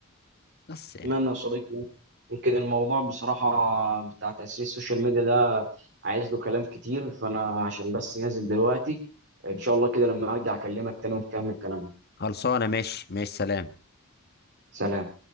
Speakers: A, on the left; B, on the right.
A: بس يعني
B: أتمنى يا صديقي يعني. يمكن الموضوع بصراحة بتاع تأثير السوشيال ميديا ده عايز له كلام كتير فأنا عشان بس نازل دلوقتي إن شاء الله كده لما أرجع أكلمك تاني ونكمل كلامنا
A: خلصانه ماشي ماشي سلام
B: سلام